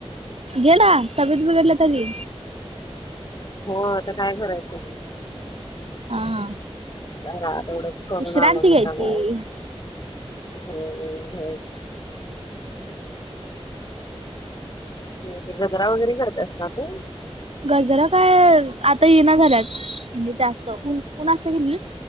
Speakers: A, on the right (about 65°); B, on the left (about 40°).
A: गेला तब्येत बिघडला तरी
B: हो, आता काय करायचं?
A: हा हा.
B: मला तेवढच करून
A: विश्रांती
B: आलो मुद्दामून,
A: घ्यायची
B: हम्म हम्म. ते गजरा वगैरे करत अस ना तू
A: गजरा काय आता ये ना झाल्यात म्हणजे जास्तऊन ऊन असत की नाही